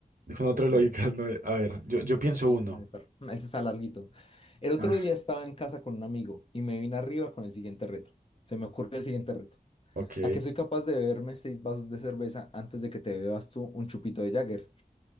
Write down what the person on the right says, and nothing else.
Con otra lógica,
no. A ver, yo, yo pienso
uno.
Ah,
ok,